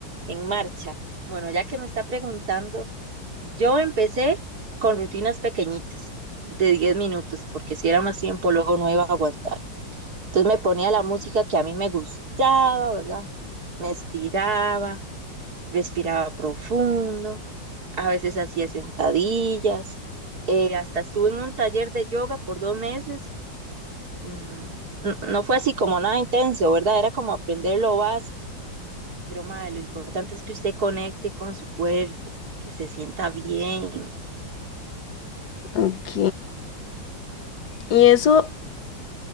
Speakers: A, on the right (about 55°); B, on the left (about 60°).
A: en marcha. Bueno, ya que me está preguntando, Yo empecé con rutinas pequeñitas de 10 minutos, porque si era más tiempo, luego no iba a aguantar. Entonces me ponía la música que a mí me gustaba, ¿verdad? Me estiraba, respiraba profundo, a veces hacía sentadillas, eh, hasta estuve en un taller de yoga por dos meses. mm, n- no fue así como nada intenso, ¿verdad? Era como aprender lo básico, pero madre, lo importante es que usted conecte con su cuerpo, que se sienta bien.
B: Ok. Y eso,